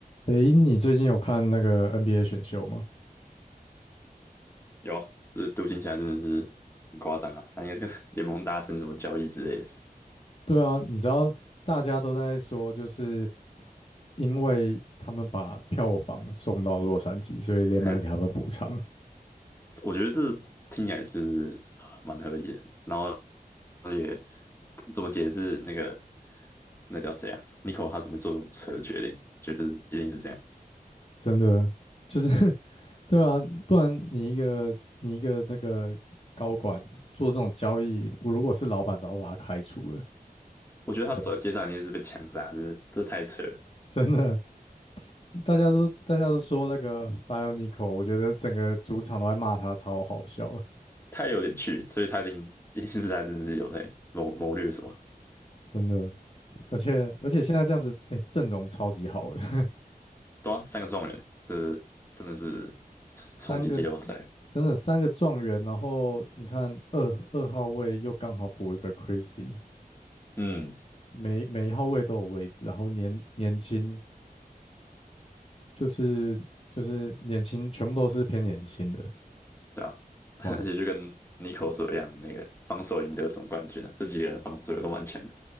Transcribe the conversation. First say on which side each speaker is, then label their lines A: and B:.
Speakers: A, on the left; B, on the left.
A: 诶，你最近有看那个 NBA 选秀吗？
B: 有啊，这独行侠真的是很夸张啊！他应该跟 <laughs> 联盟达成什么交易之类的，
A: 对啊，你知道大家都在说，就是因为他们把票房送到洛杉矶，所以联盟给他们补偿。
B: <laughs> 哼，我觉得这听起来就是蛮合理的。然后也不怎么解释那个那叫谁啊？Nico 他怎么做这种扯的决定？觉得一定是这样。
A: 真的就是 <laughs> 对啊，不然你一个你一个那个高管做这种交易，我如果是老板，早就把他开除了。
B: 我觉得他走在街上一定是被枪杀，
A: 对啊
B: 就是这太扯了，
A: 真的，大家都大家都说那个 f i o n i c o 我觉得整个主场都在骂他，超好笑的
B: 太有点趣，所以他一定一定是他真的是有在谋谋略什么。
A: 真的。而且而且现在这样子，哎、阵容超级好诶，<laughs>
B: 对啊，三个状元，这真的是
A: 三个
B: 冲击季后赛。
A: 真的三个状元，然后你看二二号位又刚好补一个 Christie，
B: 嗯。
A: 每每一号位都有位置，然后年年轻就是就是年轻，全部都是偏年轻的，
B: 对啊，<laughs>
A: 哇，
B: 而且就跟 n i 妮 o 所一样，那个防守赢得总冠军啊，这几个人防守也都蛮强的，